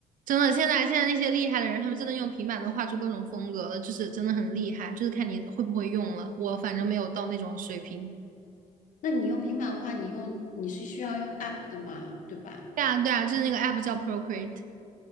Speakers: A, on the right; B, on the left.
A: 真的，现在现在那些厉害的人，他们真的用平板能画出各种风格了，就是真的很厉害。就是看你会不会用了。我反正没有到那种水平。
B: 那你用平板画，你用你是需要用 App 的嘛？对吧？
A: 对啊，对啊，就是那个 app 叫 Procreate。